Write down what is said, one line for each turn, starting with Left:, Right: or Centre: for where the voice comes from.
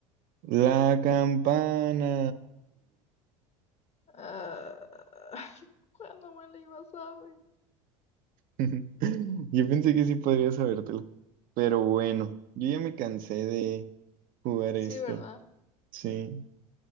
Right: La campana.
Left: Ah, <laughs> ¿cuándo me la iba a saber?
Right: <laughs> Yo pensé que sí podría sabértelo. Pero bueno, yo ya me cansé de jugar esto.
Left: Sí, ¿verdad?
Right: Sí,